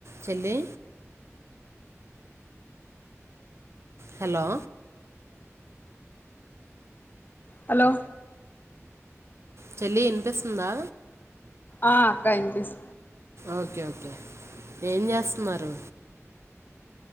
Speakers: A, on the right; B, on the left.
A: చెల్లి hello
B: hello
A: చెల్లి వినిపిస్తుందా
B: ఆ అక్క వినిపిస్
A: ఓకే ఓకే ఏం చేస్తున్నారు